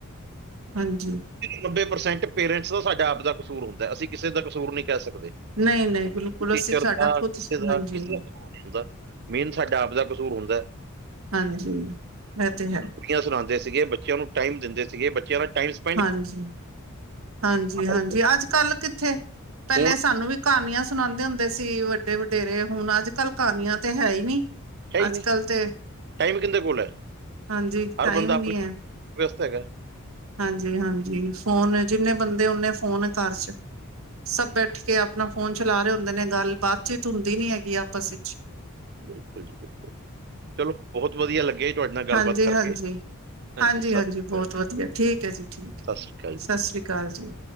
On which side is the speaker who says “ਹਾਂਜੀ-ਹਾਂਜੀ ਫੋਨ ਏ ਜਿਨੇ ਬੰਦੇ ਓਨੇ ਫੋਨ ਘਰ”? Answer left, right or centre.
Right